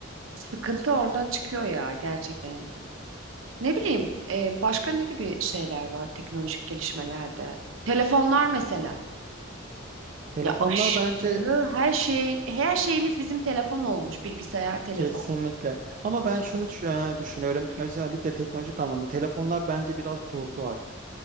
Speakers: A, on the right (about 75°); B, on the right (about 40°).
A: Sıkıntı oradan çıkıyor ya gerçekten. Ne bileyim e, başka ne gibi şeyler var teknolojik gelişmelerde? Telefonlar mesela.
B: Telefonlar
A: Ya aşırı
B: bence
A: her şey her şeyimiz bizim telefon olmuş bilgisayar telefon.
B: Kesinlikle. Ama ben şunu şu- e, düşünüyorum. Özellikle teknolojik anlamda telefonlar bence biraz durdu artık.